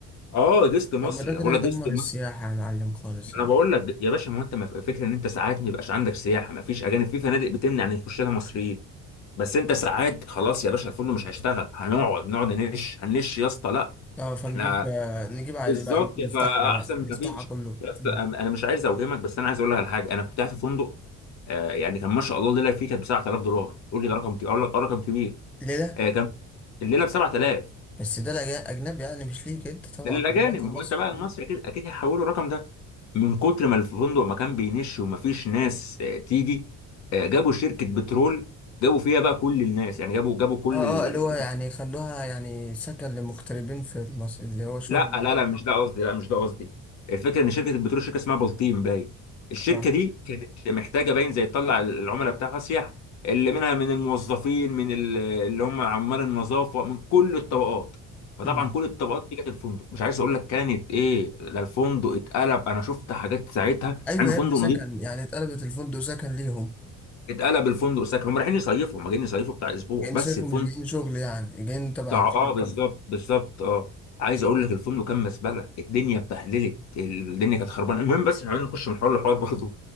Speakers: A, on the left; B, in the centre.
A: اه جست مصري
B: طب ما ده
A: أنا
B: كده
A: بقول
B: يدمر
A: لك جست
B: السياحة
A: مصري
B: يا معلم خالص
A: انا
B: يعني
A: بقول لك يا باشا ما هو انت ما- فكره ان انت ساعات ما يبقاش عندك سياحه ما فيش اجانب في فنادق بتمنع ان يخش لها مصريين بس انت ساعات خلاص يا باشا الفندق مش هيشتغل هنقعد نقعد ننش هننش يا اسطى لا
B: اه فنجيب
A: احنا
B: آه، نجيب عادي
A: بالظبط
B: بقى نفتحها
A: فاحسن
B: بقى
A: من
B: نفتحها
A: ما فيش
B: كله
A: يا اسطى
B: مم.
A: انا مش عايز اوهمك بس انا عايز اقول لك على حاجه انا كنت قاعد في فندق آه، يعني كان ما شاء الله الليله فيه كانت ب 7000 دولار تقول لي ده رقم كبير اقول لك اه رقم كبير
B: ليه ده؟
A: آه، كان الليله ب 7000
B: بس ده لجا- أجنبي يعني مش ليك أنت طبعا
A: ده للاجانب
B: في مواطن
A: ما
B: مصر
A: هو انت بقى المصري
B: مم.
A: اكيد اكيد هيحولوا الرقم ده من كتر ما الفندق ما كان بينش وما فيش ناس آه، تيجي آه، جابوا شركه بترول جابوا فيها بقى كل الناس يعني جابوا جابوا كل
B: اه اه اللي هو يعني خلوها يعني سكن للمغتربين في مصر اللي هو شغل
A: لا
B: يعني
A: لا لا مش ده قصدي لا مش ده قصدي الفكره ان شركه البترول شركه اسمها بلطيم باين الشركه
B: اه
A: دي كانت محتاجه باين زي تطلع العملاء بتاعها سياح اللي منها من الموظفين من ال- اللي هم عمال النظافه من كل الطبقات فطبعا
B: مم.
A: كل الطبقات دي جت الفندق مش عايز اقول لك كانت ايه ده الفندق اتقلب انا شفت حاجات ساعتها
B: أيوة
A: عن
B: يا
A: فندق
B: ابني سكن
A: نظيف
B: يعني اتقلبت الفندق سكن ليهم
A: اتقلب الفندق ساكن هم رايحين يصيفوا هم جايين يصيفوا بتاع اسبوع
B: يعني
A: بس
B: شايفه
A: الفندق
B: مش جايين شغل يعني جايين تبع
A: اه
B: الشركة
A: آه، بالظبط بالظبط اه عايز اقول لك الفندق كان مزبله الدنيا اتبهدلت الدنيا كانت خربانه المهم بس عايزين نخش من حوار لحوار برضه